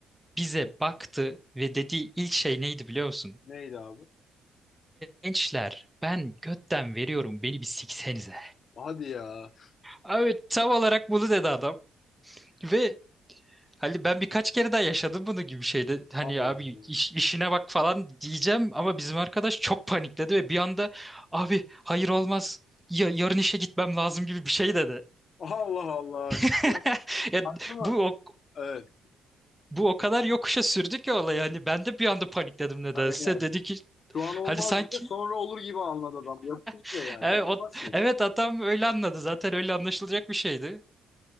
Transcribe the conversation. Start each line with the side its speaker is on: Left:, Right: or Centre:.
Centre: Bize baktı ve dediği ilk şey neydi biliyor musun?
Left: Neydi abi?
Centre: Gençler ben götten veriyorum beni bir siksenize.
Left: Hadi ya.
Centre: Abi tam olarak bunu dedi adam. Ve Hani ben birkaç kere daha yaşadım bunu gibi şeyde. Hani
Left: Allah
Centre: abi
Left: Allah.
Centre: iş- işine bak falan diyeceğim ama bizim arkadaş çok panikledi ve bir anda abi hayır olmaz. Ya, yarın işe gitmem lazım gibi bir şey dedi.
Left: Allah Allah.
Centre: <laughs>
Left: Şey,
Centre: Ya
Left: Aklıma
Centre: bu o,
Left: evet.
Centre: bu o kadar yokuşa sürdü ki olay yani ben de bir anda panikledim nedense.
Left: Aynen.
Centre: Dedi ki
Left: Şu an olmaz
Centre: hani sanki
Left: diye sonra olur gibi anladı adam. Yapıyor
Centre: <laughs>
Left: da yani.
Centre: evet,
Left: Bırakmaz
Centre: o,
Left: ki.
Centre: evet adam öyle anladı zaten öyle anlaşılacak bir şeydi.